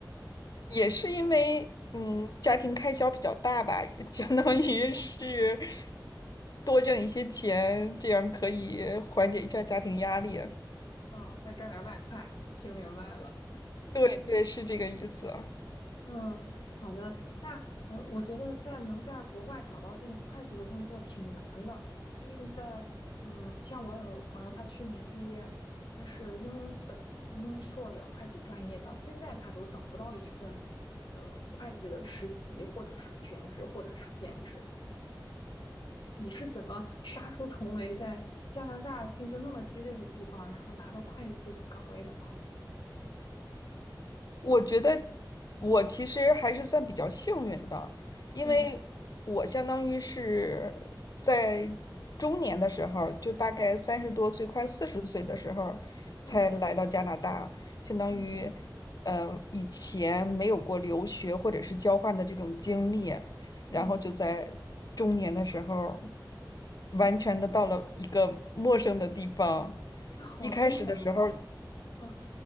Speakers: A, on the left; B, on the left.
A: 也是因为嗯家庭开销比较大吧，<laughs> 相当于是
B: 嗯
A: 多挣一些钱，这样可以缓解一下家庭压力。
B: 嗯，再赚点外快，我听明白了。
A: 对对，是这个意思。
B: 嗯，好的。那呃，我觉得在能在国外找到这种会计的工作挺难的，因为嗯，像我有个朋友，他去年毕业，他是英本英硕的会计专业，到现在他都找不到一份呃会计的实习，或者是全职，或者是兼职。你是怎么杀出重围，在加拿大竞争那么激烈的地方，然后拿到会计这个岗位的呢？
A: 我觉得我其实还是算比较幸运的，因为我相当于是在中年的时候，
B: 嗯
A: 就大概三十多岁，快四十岁的时候才来到加拿大，
B: 嗯
A: 相当于
B: 嗯
A: 呃以前没有过留学或者是交换的这种经历，然后就在中年的时候
B: 嗯。
A: 完全的到了一个陌生的地方。
B: 嗯，那好艰难啊。
A: 一开始的时候
B: 嗯